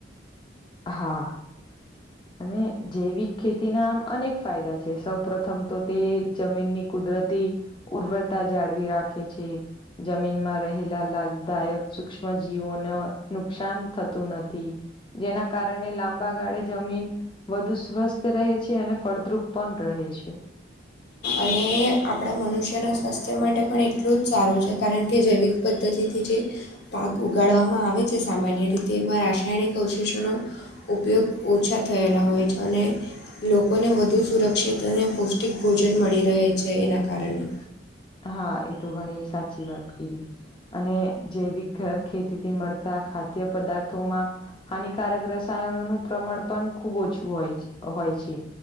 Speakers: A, on the left (about 25°); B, on the left (about 60°).
A: હા. અને જૈવિક ખેતીના આમ અનેક ફાયદા છે, સૌપ્રથમ તો તે જમીનની કુદરતી ગુણવત્તા જાળવી રાખે છે. જમીનમાં રહેલા લાભદાયક સસૂક્ષ્મજીવો નુકસાન થતું નથી. જેના કારણે લાંબા ગાળે જમીન વધુ સ્વસ્થ રહે છે અને ફળદ્રુપ પણ રહે છે.
B: અને આપણા મનુષ્યના સ્વાસ્થ્ય માટે પણ એટલું જ સારું છે કારણ કે, જૈવિક પદ્ધતિથી જે પાક ઉગાડવામાં આવે છે, સામાન્ય રીતે એમાં રાસાયણિક અવશેષો નો ઉપયોગ ઓછા થયેલા હોય છે અને લોકોને વધુ સુરક્ષિત અને પૌષ્ટિક ભોજન મળી રહે છે, એના કારણે
A: હા, એ તો ઘણી સાચી વાત કીધી. અને જૈવિક ખેતી થી મળતા ખાદ્ય પદાર્થોમાં હાનિકારક રસાયણોનું પ્રમાણ પણ ખૂબ ઓછું હોય, હોય છે.